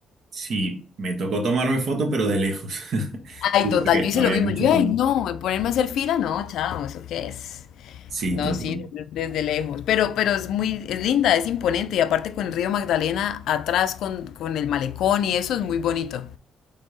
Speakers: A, on the right; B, on the left.
A: Sí, me tocó tomarme foto, pero de lejos. <laughs>
B: Ay,
A: Sí,
B: total,
A: porque
B: yo hice
A: había
B: lo mismo.
A: mucha
B: Yo,
A: cola.
B: ay, no, ponerme a hacer fila, no, chao, ¿eso qué es?
A: Sí,
B: No,
A: tal
B: sí,
A: cual.
B: desde, desde lejos. Pero, pero es muy, es linda, es imponente. Y aparte con el río Magdalena atrás, con, con el malecón y eso es muy bonito.